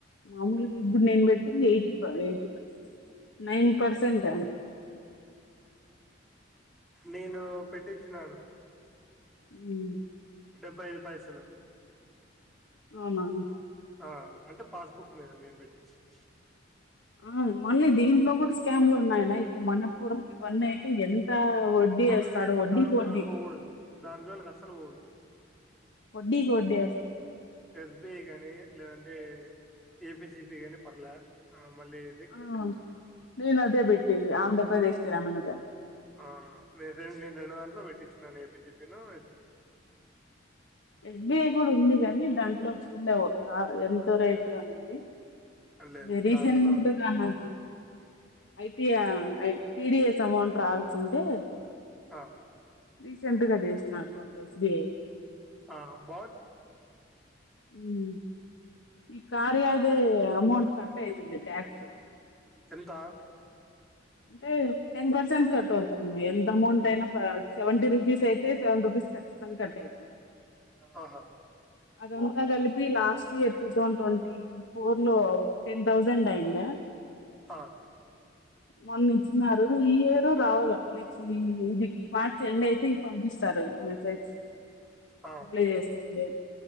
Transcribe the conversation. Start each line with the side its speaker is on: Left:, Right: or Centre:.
Left: మాములుగా ఇప్పుడు నేను పెట్టింది ఎయిటీ ఎయిటి పై నైన్ పర్సెంట్
Centre: నేను పెట్టిచ్చినాను
Left: ఉహ్
Centre: డెబ్బై ఐదు పైసలు
Left: అవునా
Centre: ఆ అంటే పాస్బుక్ మీద మేము పెట్టిస్తుంది
Left: ఆ మళ్ళీ దీంట్లో కూడా స్కామ్లు ఉన్నాయనా ఇప్పుడు మనపురం ఇవన్నీ అయితే ఎంత వడ్డీ
Centre: అవి
Left: వేస్తాడు
Centre: వేస్ట్
Left: వడ్డీకి
Centre: దాని
Left: వడ్డీ
Centre: జోలు పోకూడదు దాని జోలికి అసలు పోడు
Left: వడ్డీకి వడ్డీ వేస్తాడు
Centre: ఎస్ బి ఐ గాని లేదంటే ఏపిజిపి గాని పర్లే మళ్ళీ ఏంది
Left: ఆ నేను అదే బెట్టేది ఆంధ్రప్రదేశ్ గ్రామీణ బ్యాంక్
Centre: ఆ నేను రెండు దాంట్లో పెట్టించినను ఏ పీ జి పి ను
Left: ఎస్బిఐ కూడా ఉంది గానీ దాన్ లో చూడలేవు ఆ ఎంత రేట్ అనేది
Centre: లేదు
Left: అది
Centre: లేదు
Left: రీసెంట్గా
Centre: దాంట్లో
Left: నాకుంది ఐటిఐ ఐ టిడిఎస్ అమౌంట్ రావాల్సి ఉంటే
Centre: ఆ
Left: రీసెంట్ గా చేసిన అకౌంట్ ఎస్ బి ఐ
Centre: ఆ వాట్
Left: మ్మ్ ఈ <unintelligible> దే అమౌంట్ కట్టయితుంది ట్యాక్స్
Centre: ఎంత
Left: అంటే టెన్ పర్సెంట్ కట్ అవుతుంది ఎంత అమౌంట్ అయినా సెవెంటీ రూపీస్ అయితే సెవెన్ రూపీస్ ఖచ్చితంగా కట్ అవుతుంది
Centre: ఆహా
Left: అదంతా కలిపి last year two thousand twenty four లో టెన్ థౌసండ్ అయిందా
Centre: ఆ
Left: మొన్న ఇచ్చినారు ఈయరు రావాలి నెక్స్ట్ ఈ ఇది ఈ మార్చ్ ఎండ్ అయితే పంపిస్తారు మెసేజ్
Centre: ఆ
Left: అప్లై చేసుకోండి